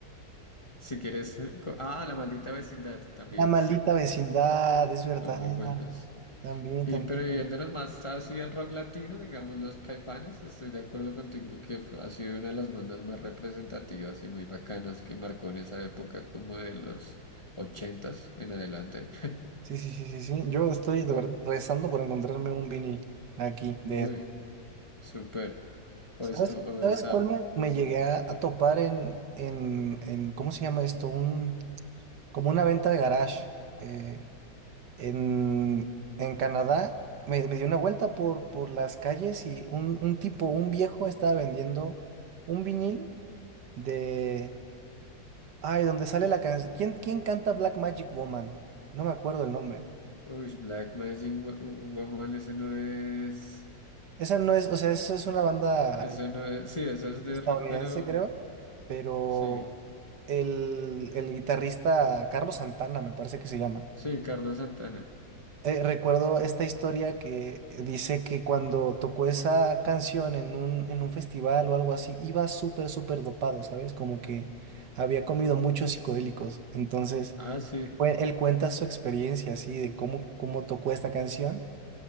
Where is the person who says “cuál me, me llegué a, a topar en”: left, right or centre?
Right